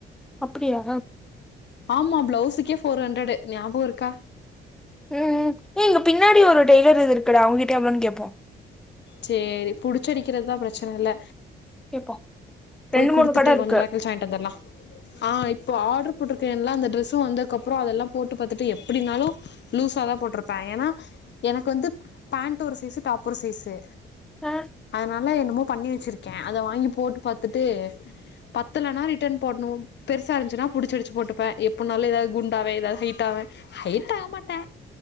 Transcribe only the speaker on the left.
ஆமா பிளவுஸ்சுக்கே ஃபோர் ஹண்ட்ரடு ஞாபகம் இருக்கா
சேரி புடிச்சு அடிக்கிறது தா பிரச்சனை இல்ல
போய்
குடுத்துட்டு
கொஞ்ச
நேர கழிச்சி வாங்கிட்டு வந்தர்லா ஆ இப்போ ஆட்ரு போட்டிருக்கல்ல அந்த ட்ரெஸ்சு வந்தக்கப்பறோ அதெல்லா போட்டு பாத்துட்டு எப்புடினாலும் லூஸாதா போட்ருப்பா ஏன்னா எனக்கு வந்து பேண்ட் ஒரு சைஸ்சு டாப் ஒரு சைஸ்சு
அதனால என்னமோ பண்ணி வச்சிருக்கே அத வாங்கி போட்டு பாத்துட்டு பத்தலன்னா ரிட்டன் போட்ணும் பெருசா இருந்துச்சுனா பிடிச்சு அடிச்சு போட்டுப்பே எப் னாலும் ஏதாவது குண்டாவே ஏதாவது ஹைட்டாவே ஹைட் ஆக மாட்ட